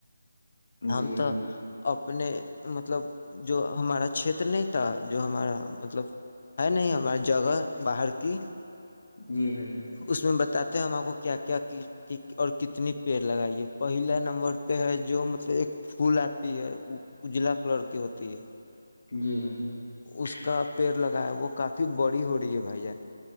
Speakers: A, on the left; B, on the left.
A: <unintelligible> ہم
B: جی
A: تو
B: بھائی
A: اب
B: جان
A: <unintelligible> اپنے مطلب جو ہمارا چھیت نہیں تھا جو ہمارا <unintelligible> مطلب ہے نہیں ہمار جگہ باہر کی
B: جی بھائی جن <unintelligible>
A: اس میں بتاتے ہم آپ کو کیا کیا اور کتنی پیڑ لگائیے پہلا نمبر پہ ہے جو مطلب ایک پھول آتی ہے وہ اجلا کلر کی ہوتی ہے <unintelligible>
B: جی بھائی <unintelligible>
A: اس کا پیڑ لگایا وہ کافی بڑی ہو رہی ہے بھائی جان